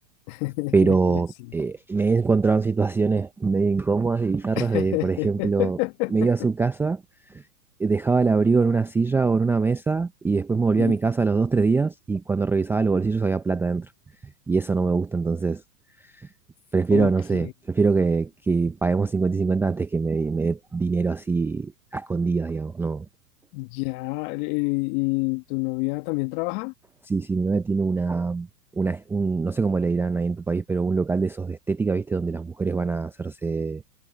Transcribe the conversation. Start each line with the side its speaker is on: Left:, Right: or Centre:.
Left: <laughs>
Centre: pero
Left: Sí.
Centre: eh, me he encontrado en situaciones medio incómodas y bizarras
Left: <laughs>
Centre: de, por ejemplo, me iba a su casa eh, dejaba el abrigo en una silla o en una mesa y después me volvía
Left: Sí,
Centre: a mi casa a los dos, tres días y cuando revisaba los bolsillos había plata dentro. Y eso no me gusta, entonces prefiero,
Left: ok,
Centre: no sé, prefiero que, que paguemos 50 y 50 antes que me, me dé dinero así a escondidas, digamos. No,
Left: ya, eh, ¿y tu novia también trabaja?
Centre: sí, sí, mi novia tiene una, una un- no sé cómo le dirán ahí en tu país, pero un local de esos de estética, ¿viste? Donde las mujeres van a hacerse